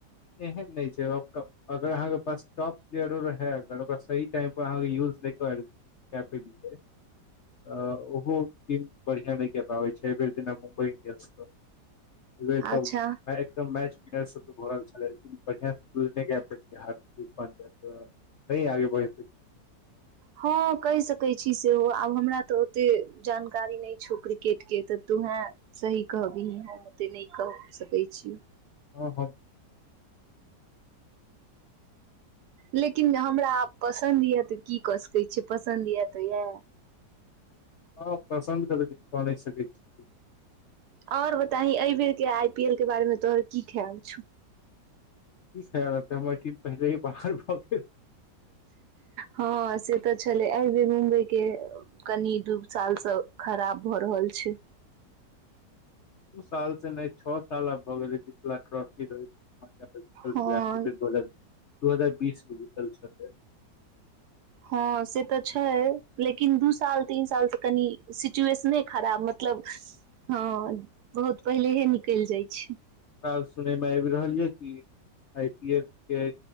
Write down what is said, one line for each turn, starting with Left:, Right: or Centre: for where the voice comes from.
Left: एहन नहि छै अगर अहाँके पास टॉप प्लेयरो रहे ओकरा सही टाइमपर अहाँके यूज नहि कर कए पेलियै तऽ ओहो टीम बढ़िआँ नहि कए पाबै छै एहि बेर जेना मुम्बइ इंडियन्सके नै त
Right: अच्छा
Left: आइ त मैच प्लेयर सब भऽ रहल छै लेकिन बढ़िआँसँ यूज नहि क पै हर चज बनि जाय तऽ सही आगे बढ़ि
Right: हँ कहि सकैत छी सेहो आब हमरा तऽ ओतेक जानकारी नहि छौ क्रिकेटके तऽ तोहेँ सही कहबही हम ओतेक नहि कहि सकैत छियौ
Left: हँ हँ
Right: लेकिन हमरा पसन्द यै तऽ की कऽ सकैत छीयै पसन्द यै तऽ यै
Left: हँ पसन्द करऽ किछु क नइ सकै छी
Right: और बताही अइ बेेर के आई पी एल के बारे मे तोहर की खयाल छौ
Left: की खयाल रहतै हमर टिम पहिलेही बाहर भऽ गेल
Right: हँ से तऽ छलै अइ बेर मुम्बई के कनि दू साल सँ खराब भऽ रहल छै
Left: दू साल से नइ छ साल आब भऽ गेले जितला ट्र जी रोहित
Right: हँ
Left: बोल <unintelligible> दू हजार बीस मे जीतल छलै
Right: हँ से तऽ छै लेकिन दू साल तीन साल सऽ कनि सिचुएशने खराब मतलब हँ बहुत पहिलेे हे निकलि जाइ छै
Left: आब सुनयमे आबि रहल यऽ कि आई पी एल के